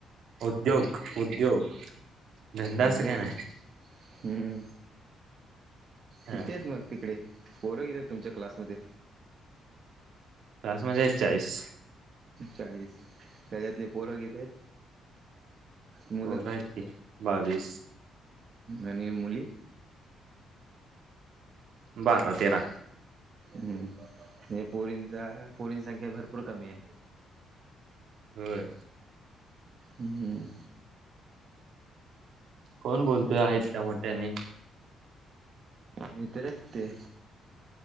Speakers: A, on the right (about 70°); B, on the right (about 50°).
A: उद्योग. उद्योग. धंदा
B: उद्योग.
A: असं काय नाही
B: हम्म.
A: हा
B: किती आहेत मग? तिकडे. पोर किती आहेत तुमच्या क्लासमध्ये?
A: क्लास मध्ये चाळीस
B: चाळीस. त्याच्यातले पोर किती आहेत? मुलं.
A: पोरं आहेत की बावीस
B: आणि मुली? <inaudible>
A: बारा तेरा.
B: हम्म. पोरीनचा पोरीं ची संख्या भरपूर कमी आहे.
A: होय.
B: हम्म.
A: कोण बोलतोय हा इतक्या मोठ्याने?
B: मित्र आहेत ते.